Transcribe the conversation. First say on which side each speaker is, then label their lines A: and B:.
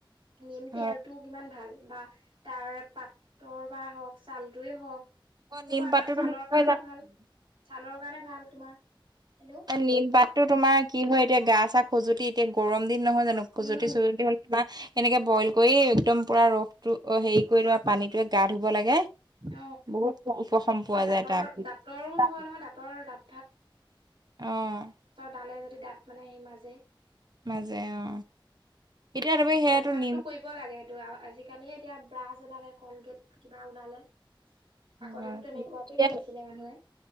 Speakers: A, on the right; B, on the right.
A: নিম
B: হয়
A: তেলটো কিমান ভাল বা তাৰ পাতৰ বা হওক ছালটোৱে হওক
B: অ
A: সেইবোৰ
B: নিম
A: আমাৰ
B: পাতটো
A: ছালৰ
B: তুমি কি
A: কাৰণেও
B: হয় জানা
A: ভাল। ছালৰ কাৰণে ভাল তোমাৰ, হেল্ল'
B: নিমপাততো তোমাৰ কি হয় এতিয়া গা চা খজুতি এতিয়া গৰম দিন নহয় জানো
A: উম
B: খজুতি খুজুতি হ- তোমা সেনেকে বইল কৰি একদম পুৰা ৰসটো হেৰি কৰি লোৱা পানীটোৱে গা ধুব লাগে।
A: অ
B: বহুত উপশম পোৱা
A: আৰু দাঁতৰ
B: যায়
A: দাঁতৰো ধৰে
B: তা
A: নহয় দাঁতৰ দাঁত
B: অহ।
A: তালে যদি দাঁত মানে সেই মাজে
B: মাজে অ এতিয়া তুমি সেয়াতো
A: অভ্যাসটো
B: নিম
A: কৰিব লাগে সেইটো আৰু আজিকালিহে এতিয়া ব্ৰাছ ওলালে কলগেট কিবা ওলালে। আগতেতো
B: হয়
A: তেনেকুৱাকে
B: এতিয়া
A: কৰিছিলে মানুহে